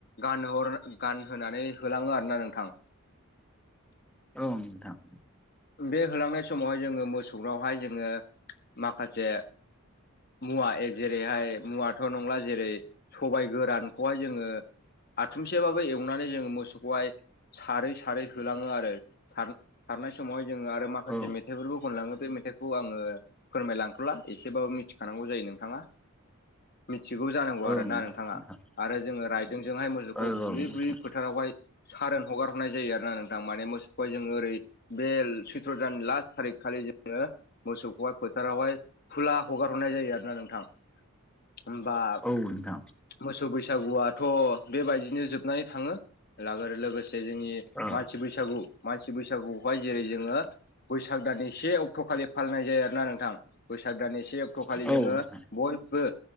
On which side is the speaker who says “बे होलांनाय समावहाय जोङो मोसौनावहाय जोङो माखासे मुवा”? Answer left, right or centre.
Left